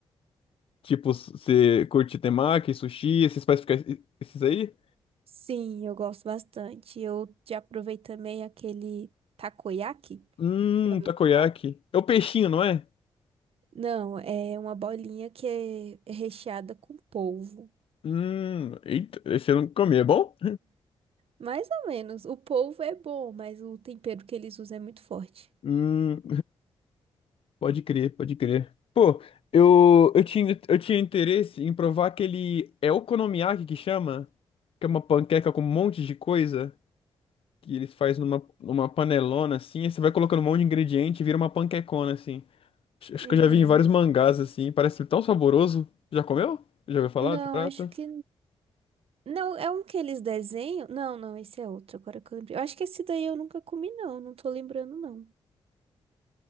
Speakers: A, on the left (about 65°); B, on the right (about 70°).
A: tipo, você curte temaki, sushi, esses pais- esses aí?
B: Sim, eu gosto bastante. Eu já provei também aquele takoyaki.
A: Hum,
B: Já ouviu
A: takoyaki.
B: falar?
A: É o peixinho, não é?
B: Não, é uma bolinha que é é recheada com polvo.
A: Hum, eita, esse eu não comi, é bom?
B: Mais ou menos. O polvo é bom, mas o tempero que eles usam é muito forte.
A: Hum, pode crer, pode crer. Pô, eu, eu tinha, eu tinha interesse em provar aquele. É okonomiyaki que chama? Que é uma panqueca com um monte de coisa. que eles fazem numa, numa panelona assim, aí você vai colocando um monte de ingrediente e vira uma panquecona assim. Acho acho
B: Uhum.
A: que eu já vi em vários mangás assim, parece tão saboroso. Já comeu? Já ouviu falar
B: Não,
A: desse prato?
B: acho que. Não, é um que eles desenham. Não, não, esse é outro, agora que eu lembrei. Eu acho que esse daí eu nunca comi, não. Não tô lembrando, não.